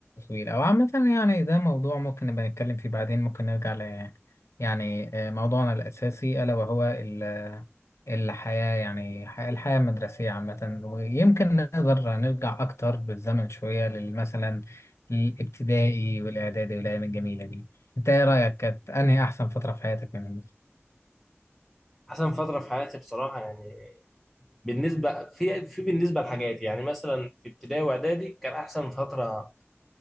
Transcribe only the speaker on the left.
طويل او عامه يعني ده موضوع ممكن نبقى نتكلم فيه بعدين ممكن نرجع ل يعني آه، موضوعنا الاساسي الا وهو ال الحياة يعني ح- الحياة المدرسية عامة ويمكن نقدر نرجع أكتر بالزمن شوية لل- مثلا الابتدائي والإعدادي والأيام الجميلة دي أنت إيه رأيك كانت أنهي أحسن فترة في حياتك منهم؟